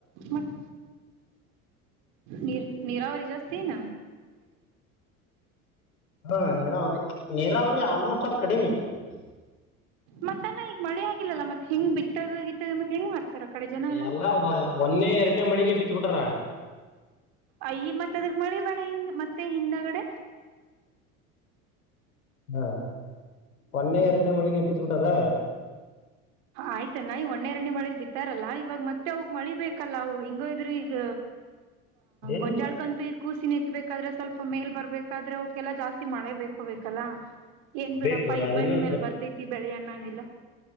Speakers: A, on the right; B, on the left.
A: ಮತ್ತ ನೀರ ನೀರಾವರಿ ಜಾಸ್ತಿಏನ್
B: ಹಾ ನೀರಾವರಿ ನೀರಾವರಿ ಆಲ್ಮೋಸ್ಟ್ ಅಲ್ಲಿ ಕಡಿಮಿ <unintelligible>
A: ಮತ್ತನ್ನ ಈಗ ಮಳೆ ಆಗಿಲ್ಲಲ್ಲ ಮತ್ತ ಹೆಂಗ ಬಿತ್ತದು ಗಿತ್ತದು ಮತ್ತೆ ಹೆಂಗ ಮಾಡ್ತಾರ ಆ ಕಡೆ ಜನ
B: ಎಲ್ಲಾ ಒನ್ನೇ ಎರಡನೇ ಮಳಿಗೆ ಬಿತ್ತು ಬಿತ್ತ ಬಿಟ್ಟಾರ
A: ಅಯ ಮತ್ತ ಅದಕ್ ಮಳಿ ಬೇಡ ಹಿಂಗ ಮತ್ತೆ ಹಿಂದಗಡೆ
B: ಹಾ ಒನ್ನೇ ಎರಡನೇ ಮಳಿಗೆ ಬಿತ್ತು ಬಿಟಾರ
A: ಆಯ್ತನಾ ಈ ಒಣ್ಣೆ ಎರಡನೇ ಮಳಿಗ್ ಬಿತ್ತಾರಲ್ಲಾ ಇವಾಗ ಮತ್ತೆ ಅವಕ್ ಮಳಿ ಬೇಕಲ್ಲ ಅವು ಹಿಂಗು ಇದ್ರ ಈಗ
B: ಏನಿಲ್ಲ
A: ಗೊಂಜಾಳ್ಕಂತು ಈಗ ಕೂಸಿನ ಎತ್ಬೇಕು ಬೇಕ್ದ್ರೆ ಸ್ವಲ್ಪ ಮೇಲ್ ಬರ್ಬೇಕಾದ್ರೆ ಅವೆಲ್ಲಾ ಜಾಸ್ತಿ ಮಳೆ ಬೇಕಬೇಕಲ್ಲ ಏನ್ ಬಿಡಪ್ಪಾ
B: ಬೇಕು
A: ಇಬ್ಬ್ಣಿ
B: ಅದಿನ್ನೂ
A: ಮೇಲೆ ಬರ್ತೈತಿ ಬೆಳಿ ಅಣ್ಣಂಗಿಲ್ಲಾ